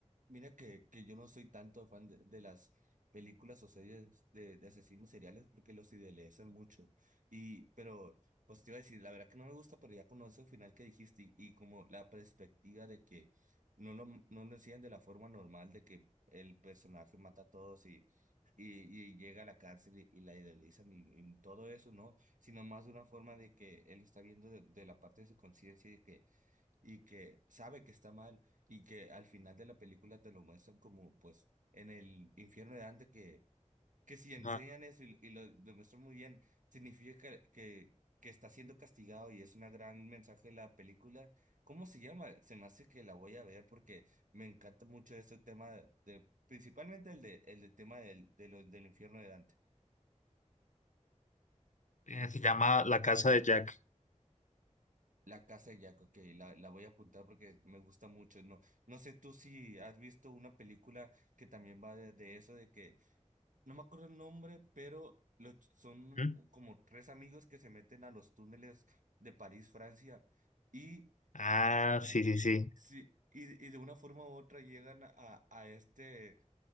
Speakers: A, on the right; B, on the left.
A: mira que, que yo no soy tanto fan de, de las películas o series de, de asesinos seriales porque los idealizan mucho. Y, pero, pues te iba a decir, la verdad que no me gusta, pero ya conozco el final que dijiste y, y como la perspectiva de que no lo, no lo hacían de la forma normal de que el personaje mata a todos y, y, y llega a la cárcel y, y la idealizan y, y todo eso, ¿no? Sino más de una forma de que él está viendo de, de la parte de su conciencia y que y que sabe que está mal y que al final de la película te lo muestran como pues en el infierno de Dante que, que si enseñan
B: Ajá.
A: eso y, y lo demuestran muy bien, significa que, que, que está siendo castigado y es una gran mensaje de la película. ¿Cómo se llama? Se me hace que la voy a ver porque me encanta mucho ese tema de, principalmente el de, el de tema del, de lo- del infierno de Dante.
B: Eh, Se llama La casa de Jack.
A: La Casa de Jack, ok, la, la voy a apuntar porque me gusta mucho. No, no sé tú si has visto una película que también va de, de eso, de que, no me acuerdo el nombre, pero los ch- son
B: ¿Mm?
A: como tres amigos que se meten a los túneles de París, Francia, y
B: Ah, sí, sí, sí.
A: Sí, y, y de una forma u otra llegan a, a este,